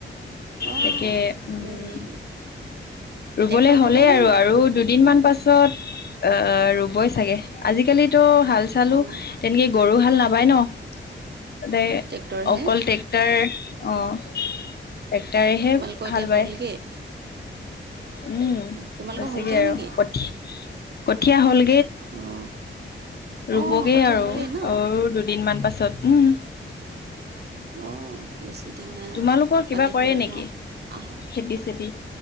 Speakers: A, on the right; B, on the left.
A: অ'
B: তাকে উম।
A: হেৰি
B: ৰুবলৈ
A: ট্ৰেক্টৰ
B: হ'লেই
A: লগাই নে
B: আৰু আৰু
A: গৰু হাল?
B: দুদিনমান পাছ ছত আহ ৰুবই চাগে আজিকালিতো হাল চালো।
A: অ'
B: তেনেকে গৰু হাল নাবায় ন ততে ডাইৰে
A: ট্ৰেক্টৰ হে
B: অকল ট্ৰেক টেক্টাৰ অ' টেক্টৰেহে
A: তোমালোকৰ এতিয়া
B: হাল
A: হ'লগে?
B: বায়। উম
A: তোমালোকৰ
B: হৈছিগে
A: হ'লগে
B: আৰু
A: নেকি?
B: কঠ কঠীয়া হ'ল।
A: অ'।
B: ৰুবগেই
A: অ' কঠীয়া
B: আৰু
A: হ'লেই ন?
B: আৰু দুদিনমান পাছত। উম।
A: অ' বেছি দিন নাই
B: তোমালোকৰ
A: পালেহি
B: কিবা কৰে
A: আৰু
B: নেকি?
A: ন? আহ
B: খেতি চেতি।